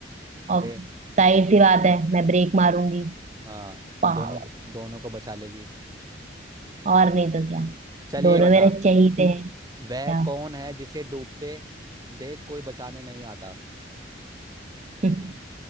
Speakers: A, on the right (about 35°); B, on the right (about 20°).
A: और
B: दे
A: जाहिर सी बात है मैं ब्रेक मारूंगी
B: हाँ
A: पागल
B: दोनों दोनों को बचा लेगी
A: और नहीं तो क्या
B: चलिए
A: दोनों
B: बता
A: मेरे चहीते हैं क्या
B: वह कौन है जिसे डूबते देख कोई बचाने नहीं आता
A: <laughs>